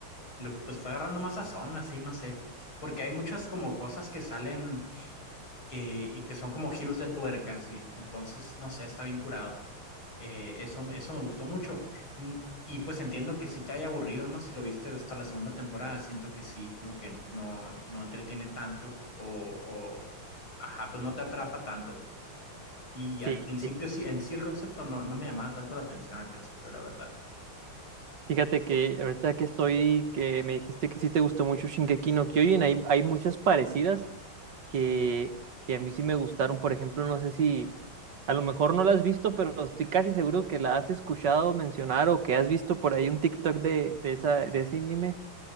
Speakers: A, on the left; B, on the right.
A: le- pues fue agarrando más sazón, así, no sé, porque hay muchas como cosas que salen eh, y que son como giros de tuerca, sí. Entonces, no sé, está bien curado. Eh, eso, eso me gustó mucho. Mm, Y pues entiendo que sí te haya aburrido, ¿no? Si lo viste hasta la segunda temporada, siento que sí, como que no, no entretiene tanto o, o, ajá, pues no te atrapa tanto. Y
B: Sí,
A: al principio
B: sí.
A: sí, en sí el concepto no, no me llamaba tanto la atención al principio, la verdad.
B: Fíjate que ahorita que estoy, que me dijiste que sí te gustó mucho Shingeki no Kyojin, hay, hay muchas parecidas que, que a mí sí me gustaron. Por ejemplo, no sé si a lo mejor no la has visto, pero estoy casi seguro que la has escuchado mencionar o que has visto por ahí un TikTok de, de esa, de ese anime.